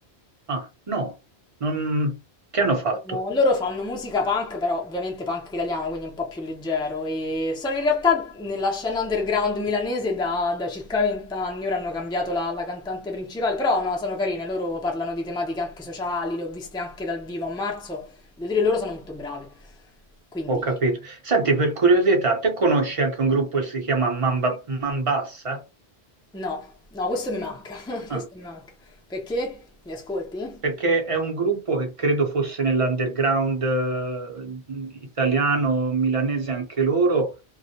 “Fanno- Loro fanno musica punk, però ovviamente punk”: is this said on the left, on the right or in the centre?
Centre